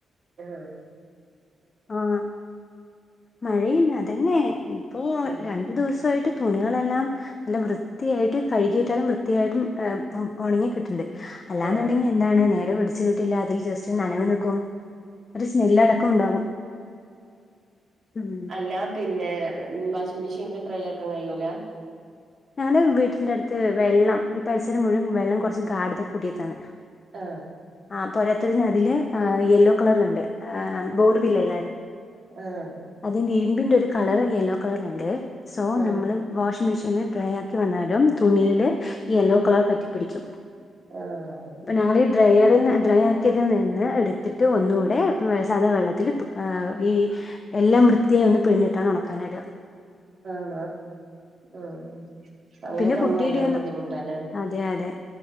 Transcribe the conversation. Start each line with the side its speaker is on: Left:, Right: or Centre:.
Right: ആഹ
Left: ആഹ മഴയില്ല അതന്നെ ഇപ്പൊ
Right: ഉം
Left: രണ്ടു ദിവസമായിട്ട് തുണികളെല്ലാം നല്ല വൃത്തിയായിട്ട് കഴുകിയിട്ടാലും വൃത്തിയായിട്ടും ഉണങ്ങി കിട്ടുണ്ട് അല്ലാന്നുണ്ടെങ്കി
Right: ആഹ്
Left: എന്താണ് നേരെ പിടിച്ചു കിട്ടില്ല അതിൽ ജസ്റ്റ് നനവ നക്കും ഒരു സ്മെൽ അടക്കം ഉണ്ടാകും. ഉം
Right: അല്ല പിന്നെ പിന്നെ വാഷിംഗ് മെഷീനിൽ ഡ്രൈ ആക്കാൻ കഴിയൂല?
Left: ഞങ്ങളുടെ വീട്ടിന്റെ അടുത്ത് വെള്ളം ഈ പരിസരം മുഴുവൻ വെള്ളം കുറച്ച് ഗാഡത കൂടിയതാണ്.
Right: ആ.
Left: ആ പൊരാത്തതിന് അതില് യെല്ലോ കളർ ഉണ്ട് ബോർബില്ലല്ലേ?
Right: ആഹ്
Left: അതിന്റെ ഇരുമ്പിന്റെ ഒരു കളർ യെല്ലോ കളറ്ണ്ട് സോ
Right: ആഹ്
Left: നമ്മള് വാഷ മെഷീനിൽ ഡ്രൈ ആക്കി വന്നാലും തുണിയില് യെല്ലോ
Right: ഉം
Left: കളർ പറ്റിപ്പിടിക്കും.
Right: ആഹ്
Left: അപ്പൊ ഞങ്ങള് ഡ്രൈ ഡ്രൈ ആക്കിയതിൽ നിന്ന് എടുത്തിട്ട് ഒന്നു കൂടെ സാധാ വെള്ളത്തിൽ ഇടും ഈ എല്ലാം വൃത്തിയായി ഒന്ന് പിഴിഞ്ഞിട്ടാണ് ഉണക്കാനിട.
Right: ആ ഉം അങ്ങനെയൊക്കെ
Left: പിന്നെ
Right: ആകുമ്പോ
Left: കുട്ടിയുടെ
Right: ഭയങ്കര
Left: ഒന്നും
Right: ബുദ്ധിമുട്ടല്ലേ?
Left: അതെ അതെ